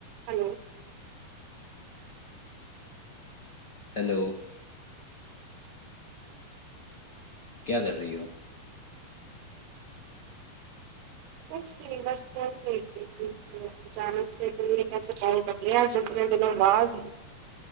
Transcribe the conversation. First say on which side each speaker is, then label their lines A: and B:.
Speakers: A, on the right (about 85°); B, on the left (about 60°).
A: Hello
B: hello کیا کر رہی ہو
A: کچھ نہیں بسن د اچانک سے تم یہ کیسے پنکلی آج اتنے دنوں بعد